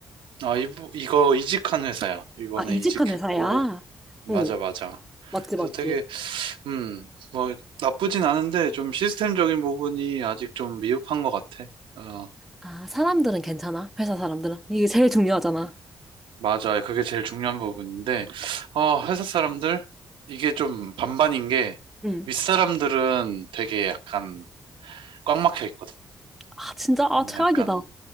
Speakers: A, on the right; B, in the centre.
A: 아, 이, 이거 이직한 회사야. 이번에
B: 아, 이직한
A: 이직했고,
B: 회사야?
A: 맞아,
B: 응,
A: 맞아.
B: 맞지,
A: 그래서
B: 맞지.
A: 되게, 음, 뭐, 나쁘진 않은데, 좀 시스템적인 부분이 아직 좀 미흡한 것 같아. 어,
B: 아, 사람들은 괜찮아? 회사 사람들은? 이게 제일 중요하잖아.
A: 맞아요. 그게 제일 중요한 부분인데, 어, 회사 사람들? 이게 좀 반반인 게,
B: 응.
A: 윗사람들은 되게 약간 꽉 막혀 있거든.
B: 아, 진짜, 아,
A: 음,
B: 최악이다.
A: 약간,